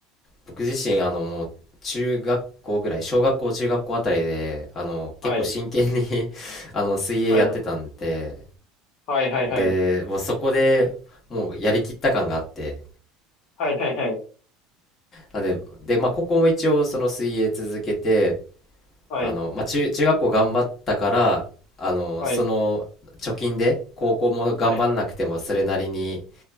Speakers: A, on the left; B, on the left.
A: 僕自身、あの、もう中学校ぐらい、小学校、中学校あたりで、あの、
B: はい。
A: 結構真剣に <laughs> あの、水泳やってたんで、
B: はい。はいはいはい。
A: で、もうそこでもうやりきった感があって、
B: はいはいはい。
A: なんで、で、まあ、高校も一応その水泳続けて、
B: はい。
A: あの、まあ、中、中学校頑張ったから、あの、
B: はい。
A: その貯金で高校も頑張んなくてもそれなりに、
B: はい。